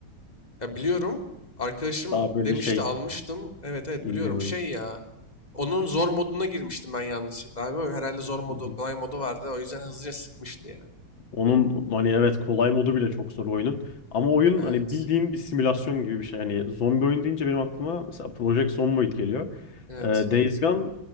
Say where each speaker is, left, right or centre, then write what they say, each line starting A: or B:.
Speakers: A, on the left; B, on the left.
A: Ya biliyorum. Arkadaşım
B: Daha böyle
A: demişti
B: şey
A: almıştım. Evet evet
B: indie
A: biliyorum.
B: bir oyun.
A: Şey ya. Onun zor moduna girmiştim ben yanlışlıkla abi. Herhalde zor modu,
B: Hı hı.
A: kolay modu vardı. O yüzden hızlıca sıkmıştı ya.
B: Onun hani evet kolay modu bile çok zor oyunun. Ama oyun
A: Evet.
B: hani bildiğin bir simülasyon gibi bir şey. Hani zombi oyun deyince benim aklıma mesela Project Zomboid geliyor.
A: Evet.
B: Ee, Days Gone